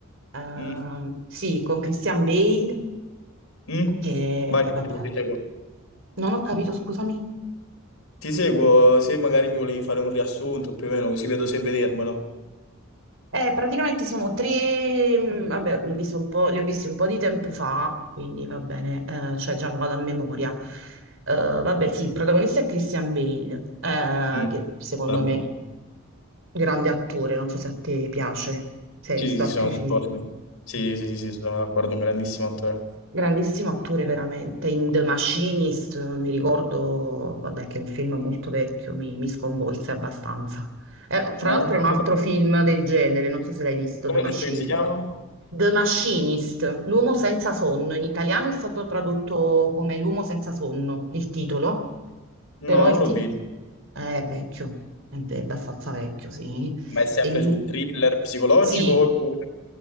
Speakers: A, on the right (about 65°); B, on the left (about 80°).
A: Ehm,
B: Mm.
A: sì, con Christian Bale,
B: Mm?
A: che
B: Vai,
A: vabbè,
B: Ti seguo.
A: non ho capito, scusami.
B: ti seguo se magari mi volevi fare un riassunto più o meno, così vedo se vedermelo.
A: Eh, praticamente sono tre, mh, vabbè, l'ho visto un po', li ho visti un po' di tempo fa, quindi va bene, eh, cioè diciamo vado a memoria. Eh, vabbè, sì, il protagonista è Christian Bale, eh,
B: Mm,
A: che secondo
B: vabbè.
A: me grande attore, non so se a te piace, se
B: Sì,
A: hai visto
B: sì,
A: altri
B: sono d'accordo.
A: film.
B: Sì,
A: Mm.
B: sì, sì, sì, sono d'accordo, un grandissimo attore.
A: Grandissimo attore veramente. In The Machinist, eh, mi ricordo, vabbè, che è un film molto vecchio, mi, mi sconvolse abbastanza. Eh, fra
B: Ma
A: l'altro
B: non-
A: è un
B: non-
A: altro film del genere, non so se l'hai visto,
B: Come
A: The Machine.
B: hai detto che si chiama?
A: The Machinist, l'uomo senza sonno. In italiano è stato tradotto come l'uomo senza sonno, il titolo,
B: No,
A: però il
B: non l'ho
A: titolo
B: visto.
A: è vecchio, è ve- abbastanza vecchio, sì.
B: Ma è sempre
A: E lui-
B: sul thriller psicologico
A: sì,
B: oppure...